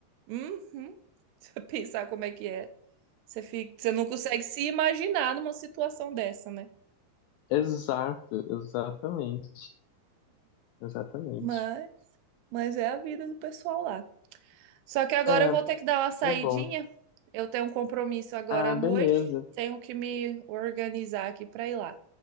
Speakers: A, on the right; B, on the left.
A: Uhum. <laughs> Se eu pensar como é que é. Você fica, você não consegue se imaginar numa situação dessa, né?
B: Exato, exatamente. Exatamente.
A: Mas, mas é a vida do pessoal lá. Só que agora
B: É,
A: eu vou ter que dar uma saidinha.
B: é bom.
A: Eu tenho um compromisso agora
B: Ah,
A: à noite.
B: beleza.
A: Tenho que me organizar aqui para ir lá.